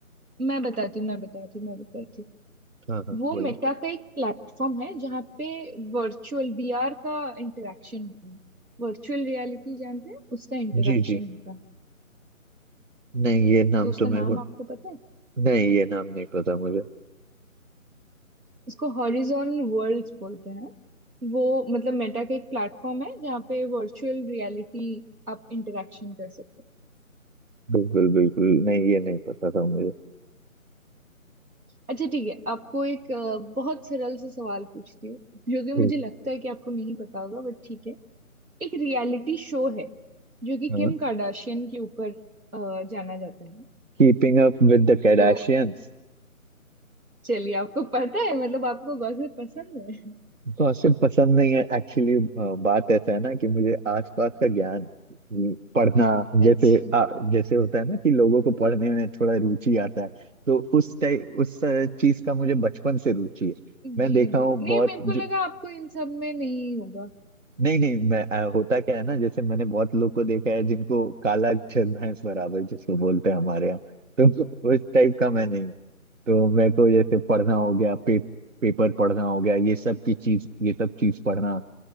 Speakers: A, on the right (about 90°); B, on the right (about 60°).
A: मैं बताती हूँ मैं बताती हूँ मैं बताती हूँ
B: हाँ हाँ
A: वो
B: बोलिए
A: मेटा का एक प्लेटफॉर्म है जहाँ पे वर्चुअल वीआर का इंटरेक्शन होता है वर्चुअल रियलिटी जानते हैं उसका इंटरेक्शन
B: जी जी
A: होता है
B: नहीं ये नाम
A: तो उसका
B: तो मेरे
A: नाम
B: को
A: आपको पता है
B: नहीं ये नाम नहीं पता मुझे
A: उसको हॉरिजॉन वर्ल्ड्स बोलते हैं वो मतलब मेटा का एक प्लेटफॉर्म है जहाँ पे वर्चुअल रियलिटी आप इंटरेक्शन कर सकते हैं
B: बिल्कुल बिल्कुल नहीं ये नहीं पता था मुझे
A: अच्छा ठीक है आपको एक अ, बहुत सरल से सवाल पूछती हूँ जो कि
B: बिल्कुल
A: मुझे लगता है कि आपको नहीं पता होगा बट ठीक है एक रियलिटी शो है जो कि
B: हाँ
A: किम कार्दाशियन के ऊपर अ, जाना जाता है
B: keeping up with the Kardashians
A: तो चलिए आपको पता है मतलब आपको गॉसिप पसंद है
B: गॉसिप पसंद नहीं है एक्चुअली बात ऐसा है ना कि मुझे आसपास का ज्ञान हम्म, पढ़ना जैसे
A: अच्छा
B: आ, जैसे होता है ना कि लोगों को पढ़ने में थोड़ा रुचि आता है तो उस टाइप उस चीज का मुझे बचपन से रुचि है मैं
A: जी
B: देखा
A: जी
B: हूँ
A: नहीं
B: बहुत
A: मेरे को
B: जो
A: लगा आपको इन सब में नहीं होगा
B: नहीं नहीं मैं आ, होता क्या है ना जैसे मैंने बहुत लोग को देखा है जिनको काला अक्षर भैंस बराबर जिसको बोलते हैं हमारे यहाँ तो उस टाइप का मैं नहीं हूँ तो मेरे को जैसे पढ़ना हो गया पे, पेपर पढ़ना हो गया ये सब की चीज ये सब चीज पढ़ना